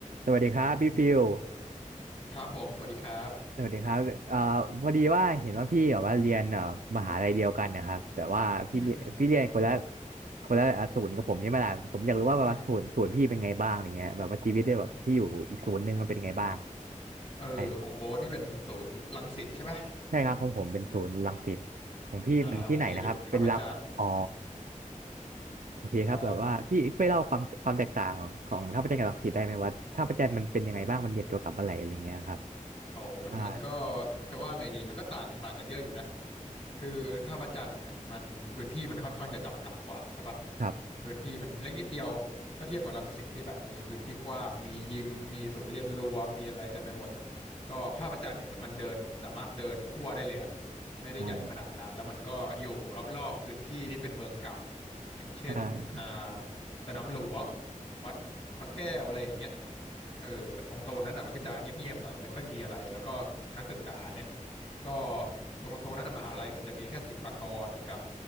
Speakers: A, on the right; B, on the left.
A: สวัสดีครับพี่ฟิว
B: ครับผมสวัสดีครับ
A: สวัสดีครับเอ่อพอดีว่าเห็นว่าพี่แบบว่าเรียนเอ่อมหาลัยเดียวกันนะครับแต่ว่าพี่เรียพี่เรียนคนละ
B: อืม อืม
A: คนละอ่ะศูนย์กับผมใช่ไหมล่ะผมอยากรู้ว่าแบบว่าศูนย์ศูนย์พี่เป็นไงบ้างอย่างเงี้ยแบบว่าชีวิตได้แบบที่อยู่อีกศูนย์หนึ่งมันเป็นยังไงบ้าง
B: อืมเออของโบ๊ทนี่เป็นศูนย์รังสิตใช่ป่ะ
A: ใช่ครับใช่ครับของผมเป็นศูนย์รังสิตของพี่เป็นที่ไหนนะครับเป็นรับอ๋อ
B: อ่า ของพี่เป็นท่าพระจันทร์
A: โอเคครับแบบว่าพี่ช่วยเล่าความความแตกต่างของท่าพระจันทร์กับรังสิตได้ไหมว่าท่าพระจันทร์มันเป็นยังไงบ้างมันเรียนเกี่ยวกับอะไรอะไรเงี้ยครับ
B: ใช่ โอ้มันมันก็
A: ใช่
B: จะว่าไงดีมันก็ต่างต่างกันเยอะอยู่นะคือถ้าพระจันทร์เนี่ยมันพื้นที่มันค่อนข้างจะจำกัดกว่าใช่ปะ
A: ครับ
B: พื้นที่มันเล็กนิดเดียวถ้าเทียบกับรังสิตที่แบบมีพื้นที่กว้างมียิมมีศูนย์เรียนรู้มีอะไรเต็มไปหมดก็ภาพพระจันทร์เนี่ยมันเดินสามารถเดินทั่วได้เลยอะไม่ได้ใหญ่ขนาดนั้นแล้วมันก็อยู่รอบๆพื้นที่ที่เป็นเมืองเก่า
A: อ่า
B: อย่างเช่นอ่า
A: ใช่
B: สนามหลวงวัดพระแก้วอะไรอย่างเงี้ย เออตรงโซนนั้นอ่ะมันก็จะเงียบๆหน่อยไม่ค่อยมีอะไรแล้วก็นักศึกษาเนี่ยก็ตรงโซนนั้นอะมหาลัยเหมือนจะมีแค่ศิลปากรกับ